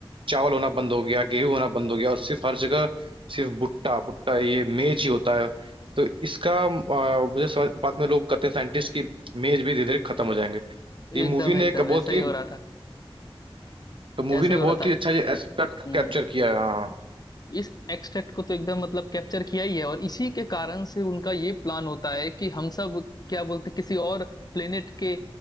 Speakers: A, on the right (about 60°); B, on the left (about 40°).
A: चावल होना बंद हो गया गेहूं होना बंद हो गया और सिर्फ हर जगह सिर्फ भुट्टा भुट्टा ये मेज ही होता है तो इसका अ, मुझे समझ बाद में लोग कहते हैं साइंटिस्ट की मेज भी धीरे धीरे खत्म हो जाएंगे ये
B: एकदम
A: मूवी ने
B: एकदम
A: एक बहुत
B: ऐसा ही
A: ही
B: हो रहा था
A: तो मूवी
B: ऐसा
A: ने
B: ही हो
A: बहुत
B: रहा था
A: ही अच्छा ये एस्पेक्ट
B: हम्म
A: कैप्चर
B: हम्म।
A: किया है, हाँ
B: इस एक्सट्रैक्ट को तो एकदम मतलब कैप्चर किया ही है और इसी के कारण से उनका ये प्लान होता है कि हम सब क्या बोलते किसी और प्लेनेट के